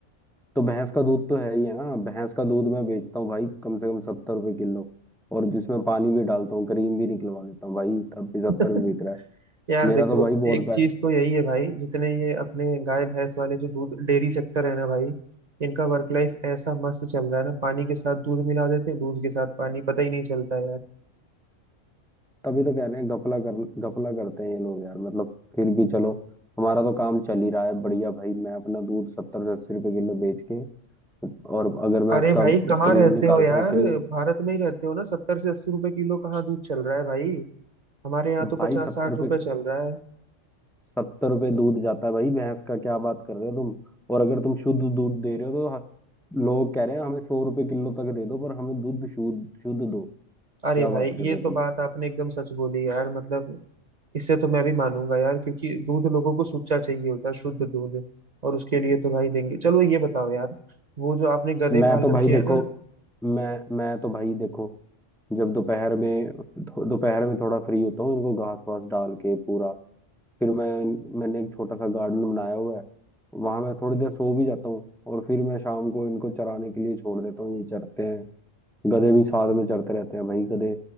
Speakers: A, in the centre; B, on the right.
A: तो भैंस का दूध तो है ही है ना भैंस का दूध मैं बेचता हूँ भाई कम से कम सत्तर रुपये किलो और जिसमें पानी भी डालता हूँ क्रीम भी निकलवा लेता हूँ भाई तब भी सत्तर
B: <laughs>
A: भी बिक रहा है
B: यार
A: मेरा
B: देखो
A: तो भाई बहुत
B: एक
A: पै
B: चीज तो यही है भाई जितने ये अपने गाय भैंस वाले जो दूध डेयरी सेक्टर है ना भाई इनका वर्क लाइफ ऐसा मस्त चल रहा है ना पानी के साथ दूध मिला देते हैं दूध के साथ पानी पता ही नहीं चलता है यार
A: तभी तो कह रहे हैं घपला कर घपला करते हैं ये लोग यार मतलब फिर भी चलो हमारा तो काम चल ही रहा है बढ़िया भाई मैं अपना दूध सत्तर से अस्सी रुपये किलो बेच के और अगर मैं
B: अरे
A: उसका
B: भाई कहाँ
A: क्रीम
B: रहते
A: निकालता
B: हो यार
A: हूँ क्रीम
B: भारत में ही रहते हो ना सत्तर से अस्सी रुपए किलो कहाँ दूध चल रहा है भाई हमारे यहाँ तो
A: भाई
B: पचास
A: सत्तर
B: साठ रुपए
A: पे
B: चल रहा है
A: सत्तर रुपये दूध जाता है भाई भैंस का क्या बात कर रहे हो तुम और अगर तुम शुद्ध दूध दे रहे हो तो ह- लोग कह रहे हैं हमें सौ रुपए किलो तक दे दो पर हमें दूध शुद्ध शुद्ध दो
B: अरे
A: क्या
B: भाई
A: बात कर
B: ये
A: रहे हो
B: तो
A: तुम
B: बात आपने एकदम सच बोली यार मतलब इससे तो मैं भी मानूंगा यार क्योंकि दूध लोगों को सुच्चा चाहिए होता है शुद्ध दूध और उसके लिए तो भाई देंगे चलो ये बताओ यार वो जो आपने गधे
A: मैं
B: पाल
A: तो
B: रखे
A: भाई देखो
B: हैं ना
A: मैं मैं तो भाई देखो जब दोपहर में दोपहर में थोड़ा फ्री होता हूँ इनको घास वास डाल के पूरा फिर मैं मैंने एक छोटा सा गार्डन बनाया हुआ है वहां मैं थोड़ी देर सो भी जाता हूँ और फिर मैं शाम को इनको चराने के लिए छोड़ देता हूँ ये चरते हैं गधे भी साथ में चढ़ते रहते हैं भाई गधे